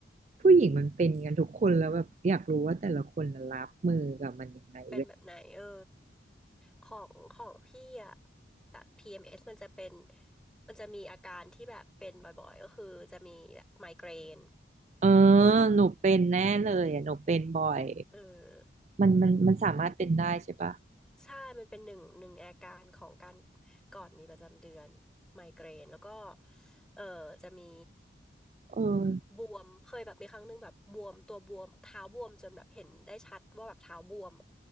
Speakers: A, on the right; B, in the centre.
A: ผู้หญิงมันเป็นกันทุกคนแล้วแบบอยากรู้ว่าแต่ละคนน่ะรับมือกับมันยังไงเว้ย
B: เป็นแบบไหนเออของของพี่อะแบบ PMS มเอสมันจะเป็นมันจะมีอาการที่แบบเป็นบ่อยๆก็คือจะมีแบบไมเกรน
A: เออหนูเป็นแน่เลยอะหนูเป็นบ่อย
B: เออ
A: มันมันมันสามารถเป็นได้ใช่ปะ
B: ใช่มันเป็นหนึ่งหนึ่งในอาการของการก่อนมีประจำเดือนไมเกรนแล้วก็เออจะมี
A: เออ
B: บวมเคยแบบมีครั้งหนึ่งแบบบวมตัวบวมเท้าบวมจนแบบเห็นได้ชัดว่าแบบเท้าบวมอะ